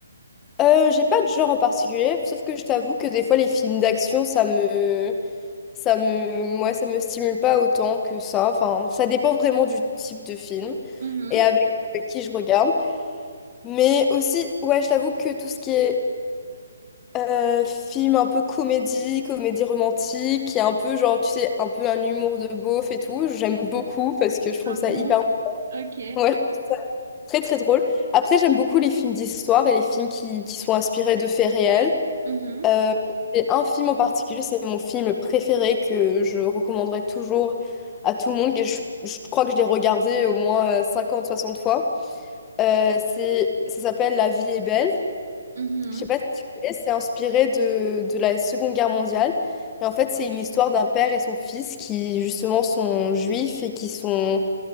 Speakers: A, on the left; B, on the right.
A: Euh, j'ai pas de genre en particulier, sauf que je t'avoue que des fois les films d'action, ça me, ça me, moi, ça me stimule pas autant que ça. Enfin, ça dépend vraiment du type de film
B: Mhm.
A: et avec qui je regarde. Mais aussi, ouais, je t'avoue que tout ce qui est euh, film un peu comédie, comédie romantique, qui est un peu genre, tu sais, un peu un humour de beauf et tout, j'aime beaucoup parce que je trouve
B: Ah
A: ça
B: bon?
A: hyper... <laughs>
B: Ok.
A: Ouais, très très drôle. Après, j'aime beaucoup les films d'histoire et les films qui, qui sont inspirés de faits réels.
B: Mhm.
A: Euh, et un film en particulier, c'est mon film préféré que je recommanderais toujours à tout le monde. Et je, je crois que je l'ai regardé au moins 50-60 fois. Euh, c'est, ça s'appelle La vie est belle.
B: Mhm.
A: Je sais pas si tu connais, c'est inspiré de, de la Seconde Guerre mondiale. Et en fait, c'est une histoire d'un père et son fils qui, justement, sont juifs et qui sont,